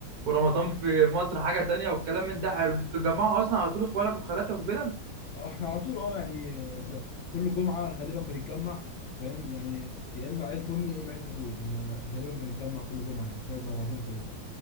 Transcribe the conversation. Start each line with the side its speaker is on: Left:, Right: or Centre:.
Right: ورمضان في مصر حاجة تانية والكلام من ده حلو انتوا بتتجمعوا أصلا على طول إخوالك وخالاتك وكده
Left: اه احنا على طول اه يعني ك- كل جمعة غالبا بنتجمع فاهم يعني يا اما عيلة امي يا اما عيلة ابويا يعني غالبا بنتجمع كل جمعة يعني بنقعد مع بعضينا كلنا